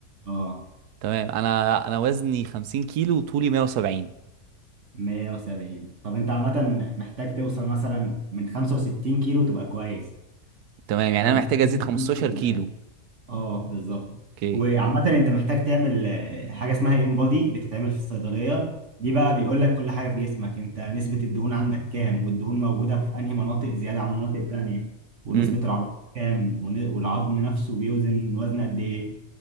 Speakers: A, on the right; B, on the right.
A: اه
B: تمام انا انا وزني 50 كيلو وطولي 170
A: 170 طب انت عامة محتاج توصل مثلا من 65 كيلو تبقى كويس
B: تمام يعني
A: لو
B: انا
A: بقيت
B: محتاج ازيد
A: 65
B: 15
A: كيلو
B: كيلو
A: تبقى حلو اه بالظبط
B: اوكي
A: وعامة انت محتاج تعمل آه، حاجة اسمها انبادي بتتعمل في الصيدلية دي بقى بيقول لك كل حاجة في جسمك انت نسبة الدهون عندك كام والدهون موجودة في انهي مناطق زيادة عن مناطق تانية ونسبة
B: امم
A: العضلات كام ون- والعظم نفسه بيوزن وزن قد ايه